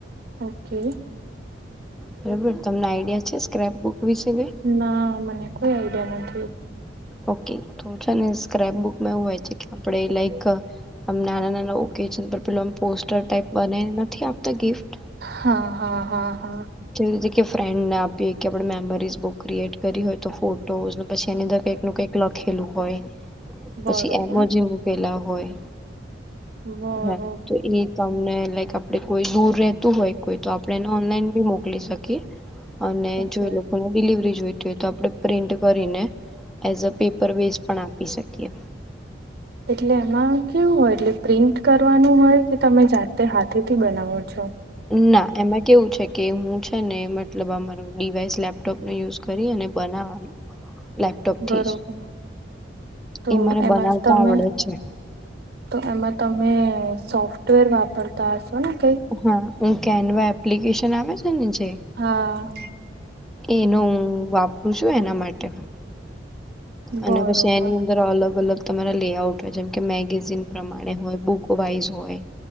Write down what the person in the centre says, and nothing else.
બરાબર તમને આઈડિયા છે સ્ક્રેપ બુક વિશે કઈ.
ઓકે તો છે ને સ્ક્રેપ બુકમાં એવું છે કે આપણે લાઈક. આમ નાના નાના ઓકેજન પર પેમ પોસ્ટર ટાઈપ બનાવીને નથી આપતા ગિફ્ટ.
જેવી રીતે કે ફ્રેન્ડને આપીએ કે આપણે મેમરીઝ બુક ક્રિએટ કરી હોય તો ફોટોઝને પછી એની અંદર કઈક કંઈક લખેલું હોય. પછી
એમોજી મૂકેલા હોય
હા તો એ કામ ને લાઈક આપણે કોઈ દૂર રહેતું હોય કોઈ તો આપણે એને ઓનલાઈન બી મોકલી શકીએ. અને
જો એ લોકોને ડિલિવરી જોઈતી હોય તો આપણે પ્રિન્ટ કરીને. એઝ અ પેપર બેઝ પણ આપી શકીએ.
ના એમાં કેવું છે કે હું છે ને મતલબ અમારો ડિવાઈસ લેપટોપ ને યુઝ કર કરી અને બનાવાનું લેપ ટોપ થી
જ
એ મને બનાવતા
આવડે છે.
હા હું કેનવા એપ્લિકેશન આવે ને જે.
એનો હું વાપરું છું એના માટે. અને
પછી એની અંદર અલગ અલગ તમારા લેઆઉટ હોય જેમ કે મેગેઝિન પ્રમાણે હોય બુક વાઈઝ હોય.